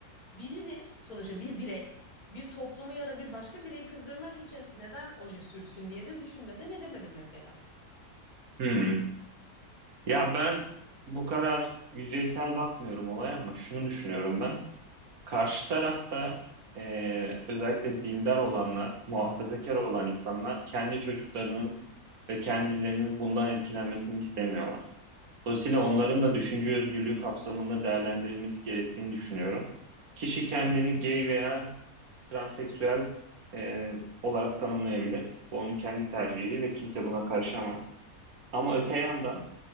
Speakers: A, on the left; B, on the right.
A: birini sonuçta bir birey bir toplumu ya da bir başka bireyi kızdırmak için neden oje sürsün diye de düşünmeden edemedim mesela.
B: Hmm. Ya ben bu kadar yüzeysel bakmıyorum olaya ama şunu düşünüyorum ben. Karşı tarafta e, özellikle dindar olanlar, muhafazakar olan insanlar kendi çocuklarının ve kendilerinin bundan etkilenmesini istemiyorlar. Dolayısıyla onların da düşünce özgürlüğü kapsamında değerlendirilmesi gerektiğini düşünüyorum. Kişi kendini gay veya transseksüel e, olarak tanımlayabilir. Bu onun kendi tercihi ve kimse buna karışamaz. Ama öte yandan